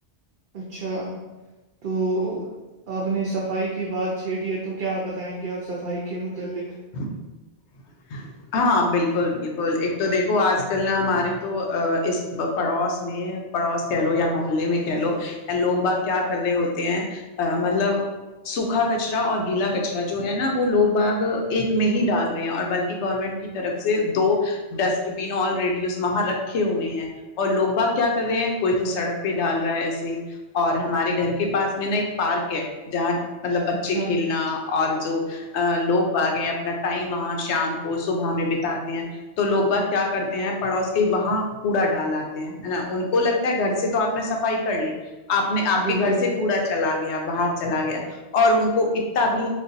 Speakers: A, on the right (about 60°); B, on the left (about 80°).
A: اچھا تو آپ نے صفائی کی بات چھیڑ ہے تو کیا بتائیں گے آپ صفائی کے متعلق
B: <inaudible> ہاں بالکل بالکل ایک تو دیکھو آج کل نا ہماراری تو اس پڑوس میں پڑوس کہ لو یا محلے میں کہ لو لوگ با کیا کر رہے ہوتے ہیں مطلب سوکھا کچرا اور گیلا کچرا جو ہے نا وہ لوگ باغ ایک میں ہی ڈال رہے ہیں اور بلکہ گورنمنٹ کی طرف سے دو ڈسٹ بین آلریڈی اس میں وہاں رکھے ہوئے ہیں اور لوگ با کیا کر رہے ہیں کوئی تو سڑک پہ ڈال رہا ہے ایسے ہی اور ہمارے گھر کے پاس میں نا ایک پارک ہے جہاں مطلب بچے
A: اچھا
B: کھیلنا اور جو لوگ بغ اپنا ٹائم وہاں شام کو صبح میں بتاتے ہیں تو لوگ بس کیا کرتے ہیں پڑوس کے وہاں کوڑا ڈالاتتے ہیں نا ان کو لگتا گھر سے تو آپ نے صفائی کر لی آپ نے آپ
A: بالکل
B: کے گھر سے کوڑا چلا گیا باہر چلا گیا اور ان کو اتنا بھی